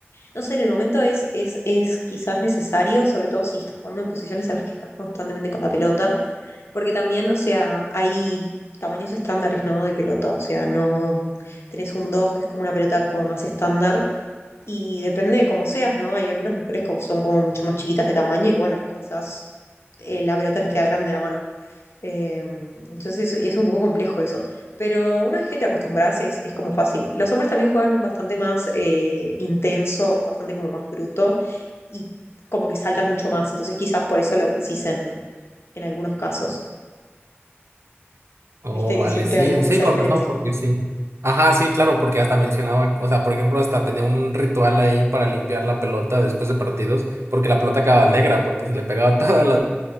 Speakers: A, on the left; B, on the right.
A: no sé, en el momento es, es, es quizás necesario, sobre todo si estás jugando en posiciones a las que estás constantemente con la pelota, porque también, o sea, hay tamaños estándares, ¿no? De pelota, o sea, no tenés un 2 que es como una pelota como más estándar y depende de cómo seas, ¿no? Hay algunas mujeres que son como mucho más chiquitas de tamaño y bueno, quizás eh, la pelota les queda grande en la mano. Eh, entonces es, es un poco complejo eso. Pero una vez que te acostumbras es, es como fácil. Los hombres también juegan bastante más eh, intenso, bastante como más bruto y como que saltan mucho más. Entonces quizás por eso lo precisen en algunos casos.
B: Oh,
A: Viste que
B: vale,
A: siempre
B: sí,
A: hay como
B: sí,
A: esa
B: con
A: diferencia.
B: razón, porque sí. Ajá, sí, claro, porque hasta mencionaba, o sea, por ejemplo, hasta tenía un ritual ahí para limpiar la pelota después de partidos, porque la pelota quedaba negra, porque se le pegaba <laughs> todas las